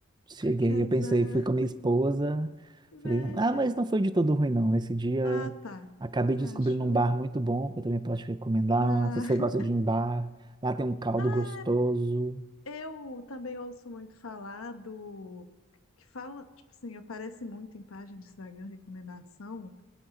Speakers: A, on the right (about 20°); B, on the left (about 80°).
A: Cheguei,
B: Que azar.
A: eu pensei, fui com a minha esposa.
B: Que bad.
A: Falei, ah,
B: <laughs>
A: mas não foi de todo ruim, não. Esse dia
B: Ah, tá.
A: acabei descobrindo
B: Ah, show.
A: um bar muito bom que eu também posso te recomendar.
B: Ah,
A: Se você gosta de ir em bar, lá tem um caldo
B: <laughs>
A: gostoso.
B: ah, eu também ouço muito falar do. Que fala, tipo assim, aparece muito em página de Instagram, recomendação.